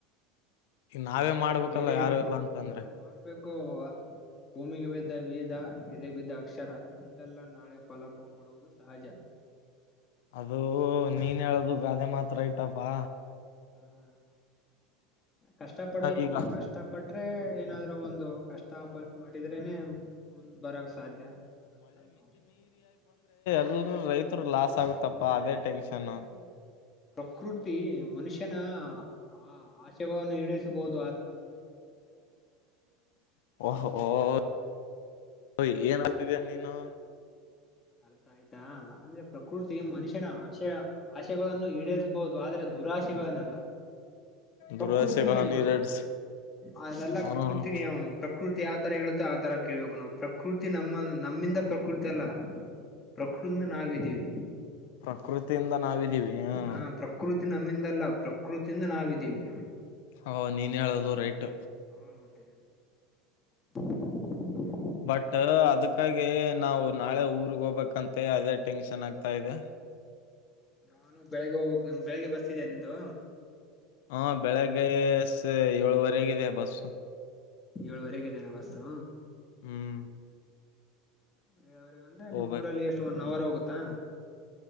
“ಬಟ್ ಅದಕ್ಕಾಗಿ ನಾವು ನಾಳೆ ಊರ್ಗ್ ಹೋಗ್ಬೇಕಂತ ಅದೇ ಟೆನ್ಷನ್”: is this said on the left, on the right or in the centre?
Left